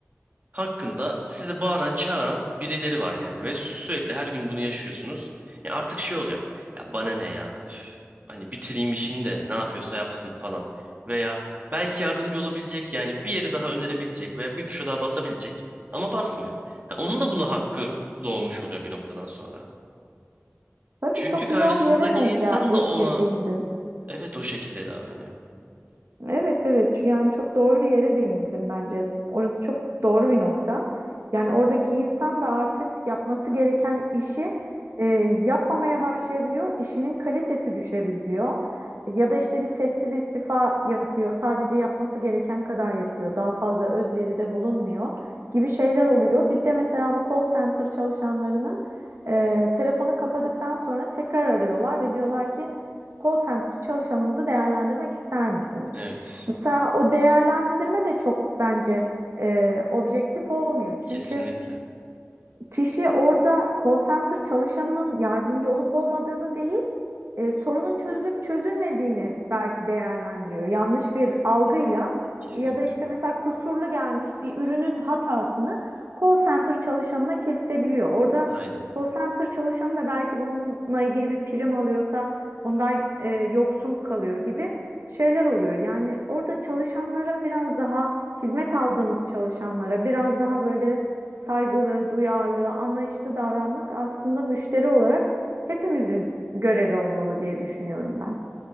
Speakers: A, on the right; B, on the right.
A: hakkında size bağıran çağıran birileri var yani ve sü- sürekli her gün bunu yaşıyorsunuz. Ya artık şey oluyor ya bana ne ya üf, hani bitireyim işini de ne yapıyorsa yapsın falan veya belki yardımcı olabilecek yani bir yeri daha önerebilecek veya bir tuşa daha basabilecek ama basmıyor. Ya onun da buna hakkı doğmuş oluyor bir noktadan sonra.
B: Tabii
A: Çünkü
B: çok
A: karşısındaki
B: güzel bir yere denk
A: insan
B: gel e,
A: da ona
B: şey değindin.
A: evet o şekilde davranıyor.
B: Evet evet yani çok doğru bir yere değindim bence. Orası çok doğru bir nokta. Yani oradaki insan da artık yapması gereken işi e, yapmamaya başlayabiliyor. İşinin kalitesi düşebiliyor. Ya da işte bir sessiz istifa yapıyor. Sadece yapması gereken kadar yapıyor. Daha fazla özveride bulunmuyor gibi şeyler oluyor. Bir de mesela bu call center çalışanlarının e, telefonu kapadıktan sonra tekrar arıyorlar ve diyorlar ki call center çalışanımızı değerlendirmek ister misiniz?
A: Evet
B: Mesela o değerlendirme de çok bence e, objektif olmuyor. Çünkü
A: kesinlikle
B: kişi orada call center çalışanının yardımcı olup olmadığını değil, e, sorunun çözülüp çözülmediğini belki değerlendiriyor. Yanlış bir algıyla
A: kesinlikle
B: ya da işte mesela kusurlu gelmiş bir ürünün hatasını call center çalışanına kesebiliyor. Orada
A: aynen.
B: call center çalışanı da belki bununla ilgili bir prim alıyorsa bundan e, yoksun kalıyor gibi şeyler oluyor. Yani orada çalışanlara biraz daha hizmet aldığımız çalışanlara biraz daha böyle saygılı, duyarlı, anlayışlı davranmak aslında müşteri olarak hepimizin görevi olmalı diye düşünüyorum ben.